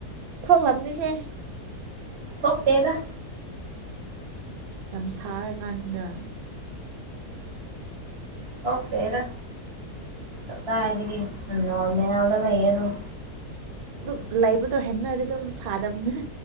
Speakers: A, on the right (about 60°); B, on the right (about 40°).
A: ꯊꯣꯛꯣꯛꯂꯝꯕꯅꯤꯍꯦ
B: ꯍꯇꯦꯗ
A: ꯌꯥꯝ ꯁꯥꯔꯀꯥꯟꯁꯤꯗ
B: ꯄꯥꯛꯇꯦꯗꯥ ꯀꯗꯥꯏꯗꯒꯤ ꯅꯣꯔꯃꯦꯜꯗ ꯂꯩꯌꯦ ꯑꯗꯨꯝ
A: ꯑꯗꯨꯝ ꯂꯩꯕꯗꯣ ꯍꯦꯟꯅꯗꯤ ꯑꯗꯨꯝ ꯁꯥꯗꯕꯅꯦ